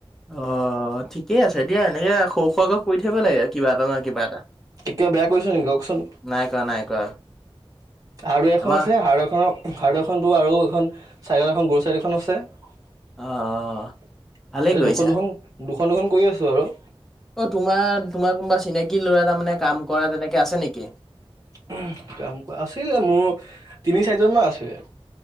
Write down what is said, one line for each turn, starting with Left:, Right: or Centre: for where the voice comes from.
Centre: অ, ঠিকেই আছে দিয়া এনেকে সৰু - সোৰা কৈ কৰি থাকিব লাগে কিবা এটা নহয় কিবা এটা।
Right: কেতিয়া বেয়া কৰিছো নেকি কওকচোন
Centre: নাই কৰা - নাই কৰা।
Right: আৰু এখন
Centre: আমাৰ
Right: আছে আৰু এখনক আৰু এখনটো আৰু এখন ছাইডৰ এখন গৰু চাইড এখন আছে। এতিয়া
Centre: অ' ভালেই কৰিছা।
Right: দুখন দুখন -দুখন দুখন কৰি আছো আৰু।
Centre: অ, তোমাৰ-তোমাৰ কোনোবা চিনাকি ল'ৰা তাৰমানে কাম কৰা তেনেকে আছে নেকি?
Right: <unintelligible> আছিলে মোৰ তিনি, চাৰিজন মান আছে।